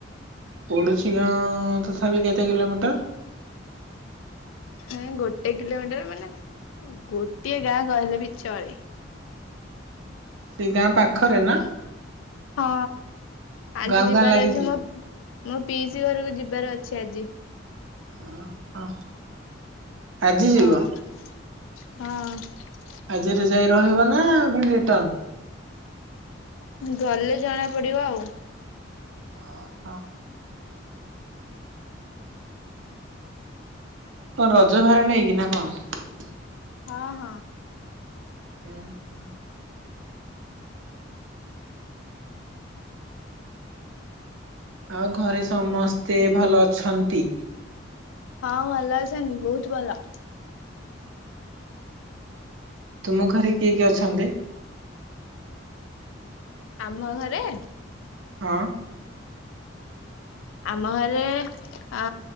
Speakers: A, on the right; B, on the left.
A: ପଡସି ଗାଁ ତଥାପି କେତେ କିଲୋମିଟର
B: ହଁ ଗୋଟେ କିଲୋମିଟର୍ ମାନେ ଗୋଟିଏ ଗାଁ କହିଲେ ବି ଚଳେ
A: ସେ ଗାଁ ପାଖରେ ନା?
B: ହଁ ଆଜି
A: ଗାଁ
B: ଯିବାର
A: ଗାଁ ଲାଗିଛି?
B: ଅଛି ମୋ ମୋ ପିଇସି ଘରକୁ ଯିବି। ଜୀବାର ଅଛି ଆଜି।
A: ଓ ହ ଆଜି
B: ହଁ
A: ଯିବ?
B: ହଁ।
A: ଆଜିରେ ଯାଇ ରହିବ ନା ପଣି ରିଟନ୍?
B: ଗଲେ ଜଣା ପଡିବ ଆଉ।
A: ଓ ହୋ। କଣ ରଜ ଭାର ନେଇକି ନା କଣ?
B: ହଁ, ହଁ।
A: ହୁଁ, ହୁଁ। ଆଉ ଘରେ ସମସ୍ତେ ଭଲ ଅଛନ୍ତି?
B: ହଁ ଭଲ ଅଛନ୍ତି ବୋହୁତ ଭଲ।
A: ତୁମ ଘରେ କିଏ କିଏ ଅଛନ୍ତି?
B: ଆମ ଘରେ
A: ହଁ।
B: ଆମ ଘରେ ଆ